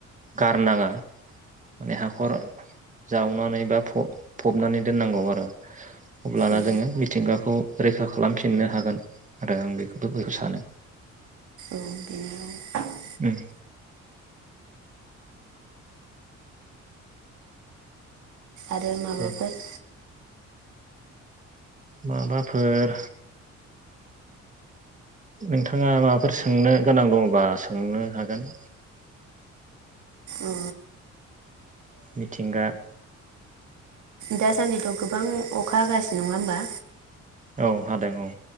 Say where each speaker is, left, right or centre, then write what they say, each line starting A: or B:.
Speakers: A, on the right; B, on the right.
A: गारनाङा माने हाखर जावनानै बा फब फबनानै दोननांगौ आरो अब्लाना
B: औ
A: जोङो मिथिंगाखौ रैखा खालाम खालामफिननो हागोन आरो आं बेखौ बयखौ सानो
B: <unintelligible>
A: ओं
B: आरो माबाफोर
A: दे माबाफोर नोंथाङा माबाफोर सोंनो गोनां दङबा सोंनो हागोन
B: ओ
A: मिथिंगा
B: दासान्दिथ' गोबां अखा हागासिनो नङा होमबा
A: औ हादों औ